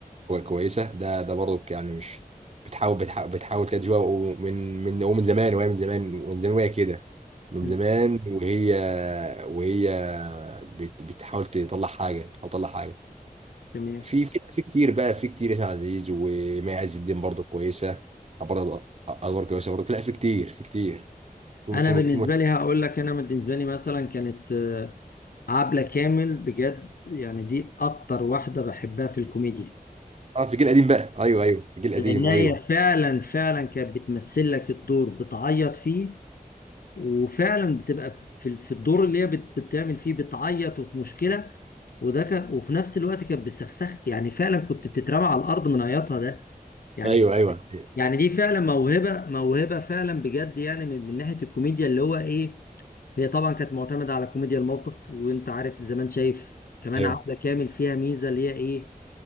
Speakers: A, on the right; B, on the left.
A: كو- كويسه ده ده برضه يعني مش بتحاول بتحاول بتحاول تلاقي جوا ومن من ومن زمان وهي من زمان ومن زمان وهي كده من
B: مم.
A: زمان وهي وهي بت بتحاول تطلع حاجه بتحاول تطلع حاجه
B: تمام
A: في في في كتير بقى في كتير ياسر عزيز ومي عز الدين برضه كويسه برضه ادوار كويسه برضه لا في كتير في كتير في
B: انا
A: في
B: بالنسبه
A: في
B: لي هقول لك انا بالنسبه لي مثلا كانت عبلة كامل بجد يعني دي أكتر واحدة بحبها في الكوميديا
A: اه في الجيل القديم بقى ايوه ايوه في الجيل القديم
B: لأن هي
A: ايوه
B: فعلا فعلا كانت بتمثل لك الدور بتعيط فيه وفعلا بتبقى في في الدور اللي هي بت- بتعمل فيه بتعيط وفي مشكلة وده كان وفي نفس الوقت كانت بتسخسخ يعني فعلا كنت بتترمى على الأرض من عياطها ده يعني
A: ايوه ايوه
B: يعني دي فعلا موهبة موهبة فعلا بجد يعني من, من ناحية الكوميديا اللي هو إيه هي طبعا كانت معتمدة على كوميديا الموقف وانت عارف زمان شايف كمان
A: ايوه
B: عبلة كامل فيها ميزة اللي هي ايه